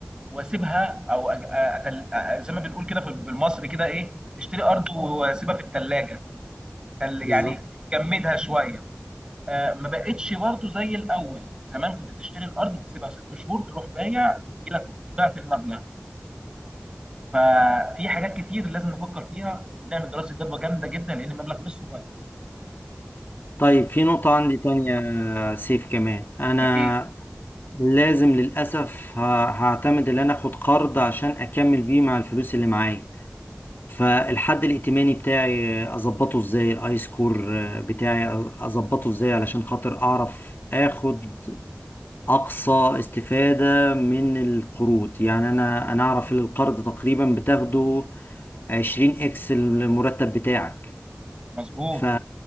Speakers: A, on the right; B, on the left.
A: واسيبها او أج- أتل... أ- زي ما بنقول كده في- بالمصري كده ايه اشتري ارض واسيبها في الثلاجة يعني
B: بالظبط
A: جمدها شوية آه، ما بقتش برضه زي الاول زمان كنت تشتري الارض تسيبها ست شهور تروح بايع يجي لك ضعف المبلغ ففي حاجات كتير لازم نفكر فيها نعمل دراسه جدوى جامده جدا لان المبلغ مش صغير
B: طيب في نقطة عندي تانية سيف كمان أنا
A: أكيد
B: لازم للأسف ه- هعتمد إن أنا آخد قرض عشان أكمل بيه مع الفلوس اللي معايا فالحد الائتماني بتاعي أظبطه إزاي الآي سكور بتاعي أظبطه إزاي علشان خاطر أعرف آخد أقصى استفادة من القروض يعني أنا أنا أعرف إن القرض تقريبا بتاخده 20 إكس المرتب بتاعك
A: مظبوط
B: ف...